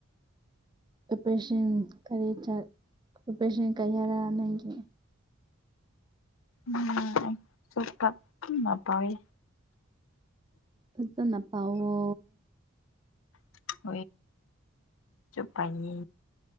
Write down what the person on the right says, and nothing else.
ꯑꯣꯄꯔꯦꯁꯟ ꯀꯔꯤ ꯆꯠ ꯑꯣꯄꯔꯦꯁꯟ ꯀꯔꯤ ꯍꯥꯏꯔꯥ ꯅꯪꯒꯤ
ꯐꯖꯅ ꯄꯥꯋꯣ